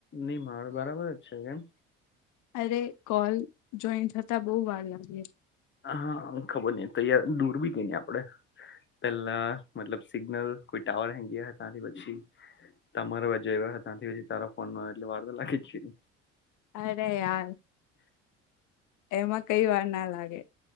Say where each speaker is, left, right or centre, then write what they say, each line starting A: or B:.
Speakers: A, on the left; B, on the left.
A: નહી મારો બરાબર જ છે કેમ
B: અરે કોલ જોઈન થતા બહ વાર લાગી
A: હા ખબર નઈ તયાર દૂર બી ગઈ ન આપડે પેલા મતલબ સિગ્નલ કોઈ ટાવર હેગ હતા તની પછી તમારા બ આવ ત્યાંથી પછી તારા ફોન માં એટલે વાર તો લાગી જને
B: અરે આાર એમાં કઈ વાર ના લાગે